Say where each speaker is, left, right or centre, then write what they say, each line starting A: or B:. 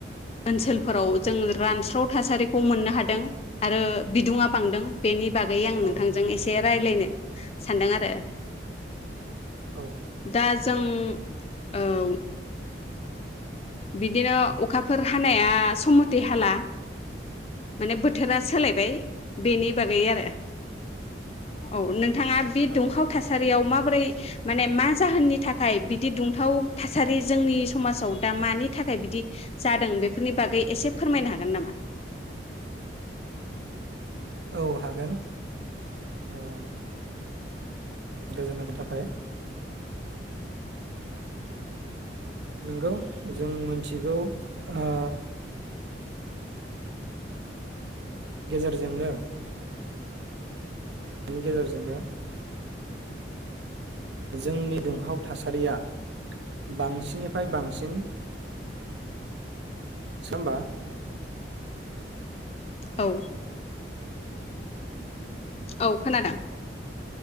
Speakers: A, on the left; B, on the right.
A: ओनसोलफोराव जों रानस्राव थासारिखौ मोननो हादों आरो बिदुंआ बांदों बेनि बागै आं
B: औ
A: नोंथांजों एसे रायलायनो सानदों आरो
B: औ
A: दा जों औ। बिदिनो अखाफोर हानाया सम मते हाला माने बोथोरा सोलायबाय बेनि बागै आरो। औ नोंथाङा बे
B: औ
A: दुंहाव थासारियाव माबोरै माने मा जाहोननि थाखाय बिदि दुं थाव थासारि जोंनि समाजाव दा मानि थाखाय बिदि जादों बेफोरनि बागै एसे फोरमायनो हागोन नामा?
B: औ हागोन ओ <unintelligible> नोंगौ जों मोनथिगौ आ गेजेरजोंनो बेनि गेजेरजोंनो जोंनि दुंहाव थासारिया बांसिननिफ्राय बांसिन। सोमबा
A: औ औ खोनादों